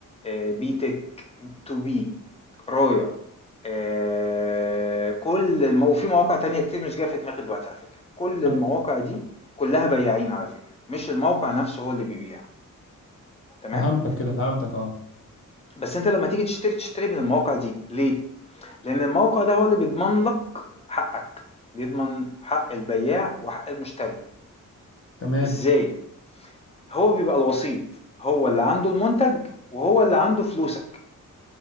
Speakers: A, on the left (about 20°); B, on the left (about 40°).
A: آآ، بي تِك، تو بي، رايا، آآ، كل الم وفي مواقع تانية كتير مش جاية في دماغي دلوقتي على فكرة، كل
B: هل-
A: المواقع دي كلها بياعين على فكرة، مش الموقع نفسه هو اللي بيبيع، تمام؟
B: فهمتك كده فهمتك اه
A: بس أنت لما تيجي تشتري، تشتري من المواقع دي ليه؟ لأن الموقع ده هو اللي بيضمن لك حقك بيضمن حق البياع وحق المشتري
B: تمام
A: ازاي هو بيبقى الوسيط هو اللي عنده المنتج وهو اللي عنده فلوسك